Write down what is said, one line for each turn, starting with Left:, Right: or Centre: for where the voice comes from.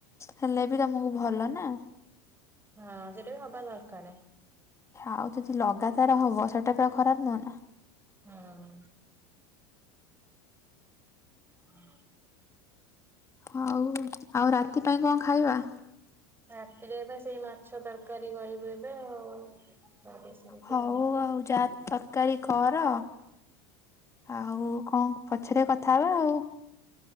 Left: ହେଲେ ବି ତମକୁ ଭଲ ନା।
Right: ହଁ ସେଇଟା ବି ହବା ଦରକାରେ।
Left: ଆଉ ଯଦି ଲଗାତାର ହବ ସେଟା ପା ଖରାପ ନୁହଁ ନା।
Right: ହଁ। ହଁ।
Left: ହଉ ଆଉ ରାତି ପାଇଁ କଣ ଖାଇବା?
Right: ରାତିରେ ଏବେ ସେଇ ମାଛ ତରକାରୀ କରିବୁ ଏବେ ଆଉ। କରିବେ ସେମିତି
Left: ହଉ ଆଉ ଯା ତରକାରୀ କର। ଆଉ କଣ ପଛରେ କଥା ହବା ଆଉ।